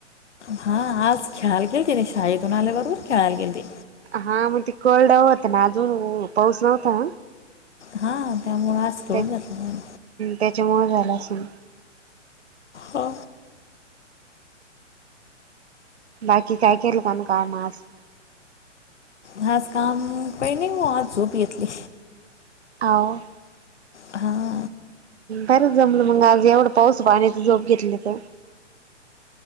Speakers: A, on the left; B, on the right.
A: हा आज खेळायला गेल तिने शाळेतून आल्या बरोबर खेळायला गेल ते
B: हा मग ते कोरड होतं ना अजून पाऊस नव्हता
A: हा त्यामुळें आजथळून
B: ते
A: घातलं नाही
B: त्याच्यामुळे झालं असेल
A: हो.
B: बाकी काय केल काण कामस
A: घास काम प नाही ग आज झोप येतली
B: ह
A: हा
B: बरंच जमलं मग आज एवढं पाऊस पाण्याची झोप घेतली तर